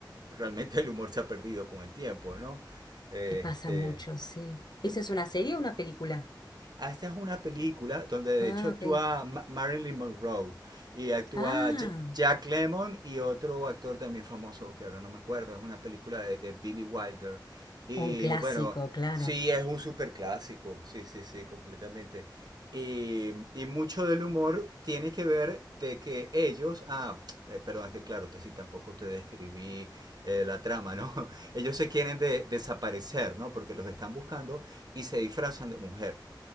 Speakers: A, on the right (about 60°); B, on the left (about 65°).
A: realmente el humor se ha perdido con el tiempo, ¿no? Eh,
B: y pasa
A: Este,
B: mucho, sí. ¿Esa es una serie o una película?
A: Ah, esta es una película donde de
B: Ah,
A: hecho actúa
B: ok.
A: Marilyn Monroe y actúa
B: Ah,
A: Ja- Jack Lemmon y otro actor también famoso que ahora no me acuerdo. Es una película de, de Billy Wilder. Y
B: un clásico,
A: bueno,
B: claro.
A: sí, es un super clásico. Sí, sí, sí, completamente. Y, y mucho del humor tiene que ver de que ellos, ah, eh, perdón, es que claro, te, sí, tampoco te describí eh, la trama, ¿no? <laughs> Ellos se quieren de- desaparecer, ¿no? Porque los están buscando y se disfrazan de mujer.